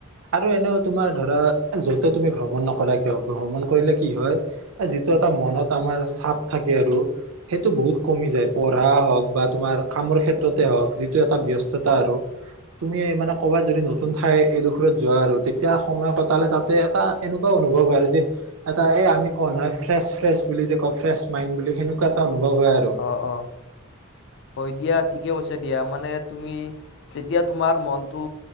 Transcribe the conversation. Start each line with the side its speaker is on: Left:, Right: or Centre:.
Right: আৰু এনেও তোমাৰ ধৰা যতে তুমি ভ্ৰমণ নকৰা কিয় ভ্ৰমণ কৰিলে কি', হয় যিটো এটা মনত আমাৰ চাপ থাকে সেইটো আৰু সেইটো বহুত কমি যায়, পঢ়া হওঁক বা তোমাৰ কামৰ ক্ষেত্ৰতে হওঁক যিটো এটা ব্যস্ততা আৰু তুমি', মানে ক'বাত যদি নতুন ঠাই এডোখৰত যোৱা আৰু তেতিয়া সময় কটালে তাতে এটা এনেকুৱাও অনুভৱ হয় আৰু যে', এটা এই আমি কওঁ নহয় ফ্ৰেছ- ফ্ৰেছ বুলি যে কওঁ ফ্ৰেছ মাইণ্ড বুলি হেনেকুৱা এটা অভি সম্ভৱ হয় আৰু,
Left: অ' অ'। হয় দিয়া ঠিকে কৈছে দিয়া মানে তুমি যেতিয়া তোমাৰ মনটো